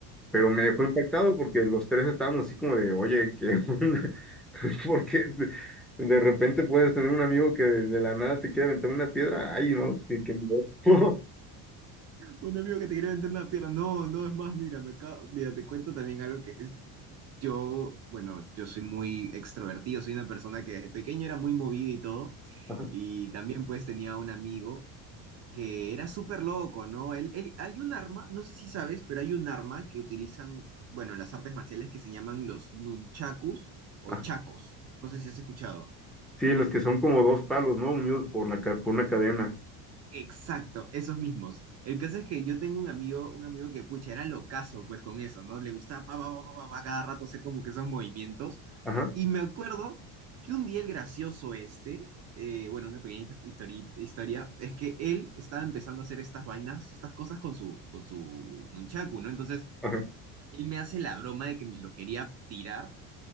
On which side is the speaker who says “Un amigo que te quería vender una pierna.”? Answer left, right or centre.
Right